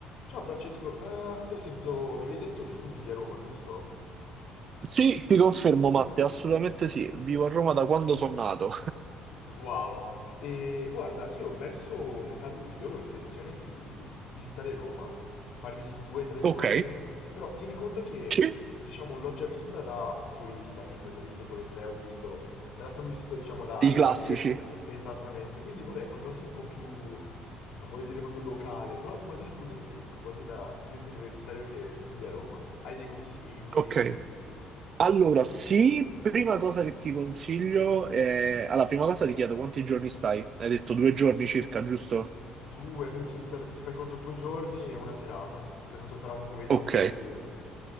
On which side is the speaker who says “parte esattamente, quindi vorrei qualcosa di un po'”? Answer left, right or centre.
Left